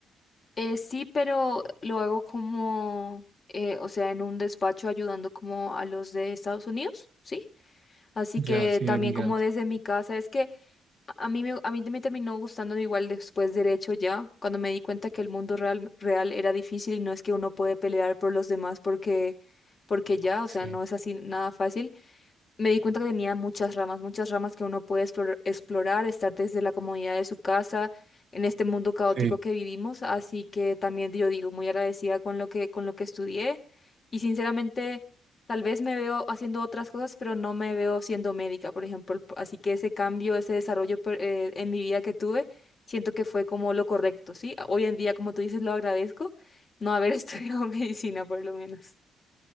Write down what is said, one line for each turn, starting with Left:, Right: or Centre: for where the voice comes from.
Left: eh, sí, pero lo hago como, eh, o sea, en un despacho ayudando como a los de Estados Unidos, ¿sí? Así
Right: Ya,
Left: que
Right: sí,
Left: también
Right: emigrante.
Left: como desde mi casa, es que a a mí me, a mí me terminó gustando igual después derecho ya, cuando me di cuenta que el mundo real, real era difícil y no es que uno puede pelear por los demás porque, porque ya, o
Right: Sí,
Left: sea, no es así nada fácil me di cuenta que tenía muchas ramas, muchas ramas que uno puede explor- explorar, estar desde la comodidad de su casa en este mundo caótico
Right: sí,
Left: que vivimos, así que también yo digo muy agradecida con lo que con lo que estudié y sinceramente tal vez me veo haciendo otras cosas, pero no me veo siendo médica, por ejemplo, así que ese cambio, ese desarrollo per- eh, en mi vida que tuve, siento que fue como lo correcto, ¿sí? Hoy en día, como tú dices, lo agradezco no haber <laughs> estudiado medicina por lo menos.